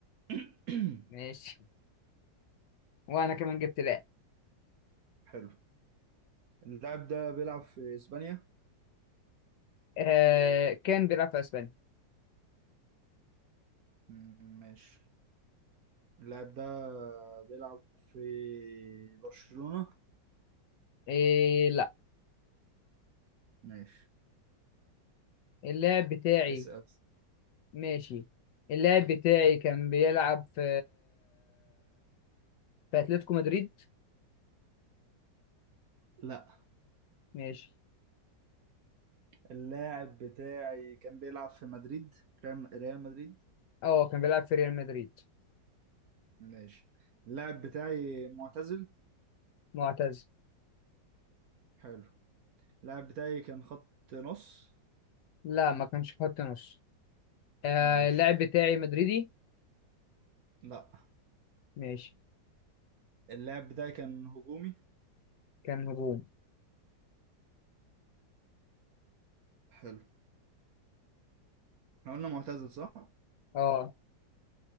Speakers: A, on the right; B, on the left.
A: <clears throat>
B: ماشي وانا كمان جبت لاعب
A: حلو اللاعب ده بيلعب في اسبانيا
B: آه كان بيلعب في اسبانيا
A: مم، ماشي اللاعب ده بيلعب في برشلونة
B: إيه لا
A: ماشي
B: اللاعب بتاعي
A: اسأل
B: ماشي اللاعب بتاعي كان بيلعب في في اتلتيكو مدريد
A: لا
B: ماشي
A: اللاعب بتاعي كان بيلعب في مدريد ريال ريال مدريد
B: اه كان بيلعب في ريال مدريد
A: ماشي اللاعب بتاعي معتزل
B: معتز
A: حلو اللاعب بتاعي كان خط نص
B: لا ما كانش خط نص آه
A: ماشي
B: اللاعب بتاعي مدريدي
A: لا
B: ماشي
A: اللاعب بتاعي كان هجومي
B: كان هجوم
A: حلو احنا قلنا معتزل صح
B: اه